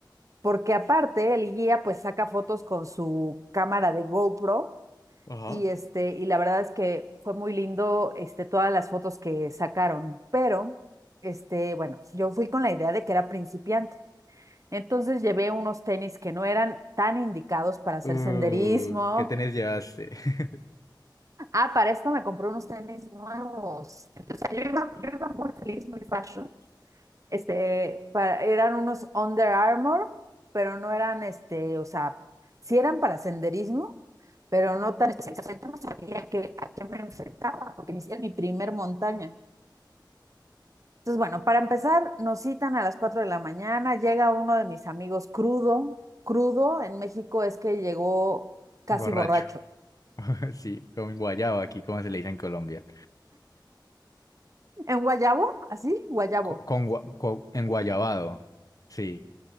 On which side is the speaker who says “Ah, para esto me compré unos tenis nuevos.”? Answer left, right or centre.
Right